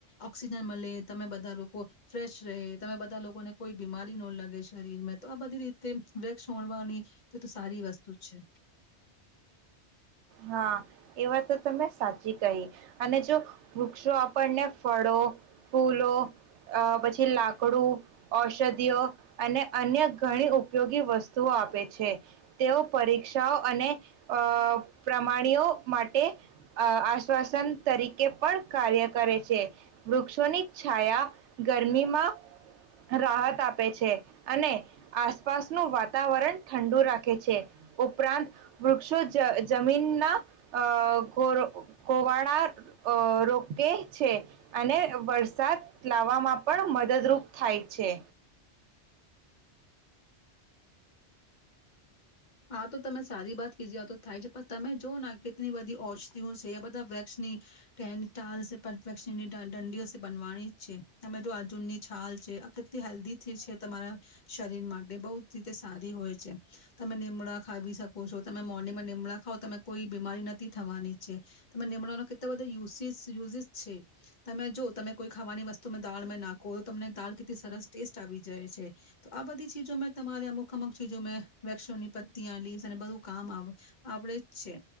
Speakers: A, on the left; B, on the right.
A: ઓક્સિજન મળે. તમે બધા લોકો ફ્રેશ રેય, તમે બધા લોકોને કોઈ બીમારી ન લગે શરીરમાં તો આ બધી રીતે વૃક્ષ હોણવાની તો સારી વસ્તુ છે.
B: હા એ વાત તો તમે સાચી કહી અને જો વૃક્ષો આપણને ફળો, ફૂલો અ પછી લાકડું ઔષધિઓ અને અન્ય ઘણી ઉપયોગી વસ્તુઓ આપે છે. તેઓ પરીક્ષાઓ અને અ પ્રમાણીઓ માટે અ આશ્વાસન તરીકે પણ કાર્ય કરે છે. વૃક્ષોની છાયા ગરમીમાં રાહત આપે છે અને આસપાસનું વાતાવરણ ઠંડુ રાખે છે ઉપરાંત વૃક્ષો જ જમીનના અ ઘોર ગોવાડા અ રોકે છે અને વરસાદ લાવવામાં પણ મદદરૂપ થાય છે.
A: હા તો તમે સારી વાત કીધી આ તો થાય છે પણ તમે જોવ ને કેટલી બધી ઔષધિઓ છે બધા વૃક્ષ ની ટેન ટાલસ ને <unintelligible> વૃક્ષની દંડીઓ છે બનવાની જ છે. તમે જો આજુનની છાલ છે આ કેટલી હેલ્ધી છે તમારા શરીર માટે બો જ રીતે સારી હોય છે. તમે નિમડા ખાવી શકો છો. તમે મોર્નિંગમાં નિમડા ખાવઓ તમે કોઈ બીમારી નથી થવાની છે. તમે નિમડાનો કેટલો બધો યુસીસ યુઝીસ છે. તમે જો તમે કોઈ ખાવાની વસ્તુ દાળ માં નાખો તો તમને દાળ કેટલી સરસ ટેસ્ટ આવી જાય છે. તો આ બધી ચીજો મેં તમારે અમુક અમુક ચીજો મેં વૃક્ષોની પત્તિયા, લીસ અને બધું કામ આવ આવડે જ છે